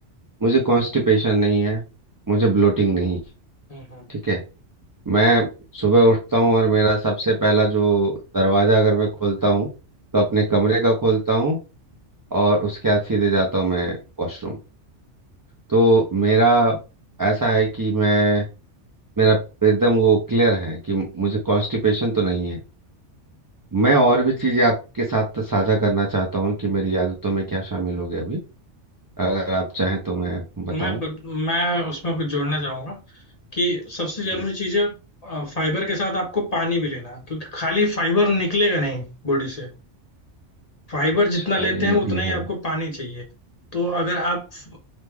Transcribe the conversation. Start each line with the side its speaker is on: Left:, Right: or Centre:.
Right: मुझे कॉन्स्टिपेशन नहीं है मुझे ब्लोटिंग नहीं
Left: हम्म, हम्म।
Right: ठीक है मैं सुबह उठता हूँ और मेरा सबसे पहला जो दरवाज़ा अगर मैं खोलता हूँ तो अपने कमरे का खोलता हूँ और उसके बाद सीधे जाता हूँ मैं वॉशरूम तो मेरा ऐसा है कि मैं मेरा एकदम वो क्लियर है कि मुझे कॉन्स्टिपेशन तो नहीं है मैं और भी चीज़ें आपके साथ साझा करना चाहता हूँ कि मेरी आदतों में क्या शामिल हो गया अभी अगर आप चाहें तो मैं बताऊं
Left: मैं ब- मैं उसमें कुछ जोड़ना चाहूंगा कि सबसे जरूरी
Right: जी
Left: चीज है अ, फाइबर के साथ आपको पानी भी लेना है, क्योंकि खाली फाइबर निकलेगा नहीं बॉडी से फाइबर
Right: अच्छा
Left: जितना लेते
Right: ये
Left: हैं उतना
Right: भी
Left: ही
Right: है
Left: आपको पानी चाहिए तो अगर आप अ,